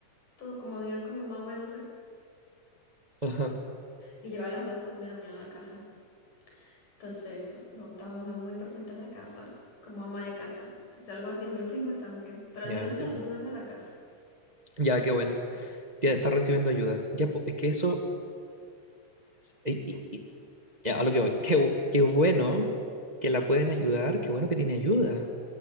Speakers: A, on the left; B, on the right.
A: todo, como vivían como más o menos cerca.
B: ajá,
A: Y llegaba a las doce una de la mañana a la casa. Entonces eso, no, estaba muy, muy presente en la casa, como ama de casa. Entonces algo así es mi <laughs> prima también, pero
B: ya
A: al menos
B: entiendo.
A: la ayudan en la casa.
B: Ya, qué bueno.
A: Sí.
B: Ya está recibiendo ayuda. Ya, po- es que eso, y- y- y- ya, a lo que voy. Qué, bu- qué bueno que la pueden ayudar, qué bueno que tiene ayuda.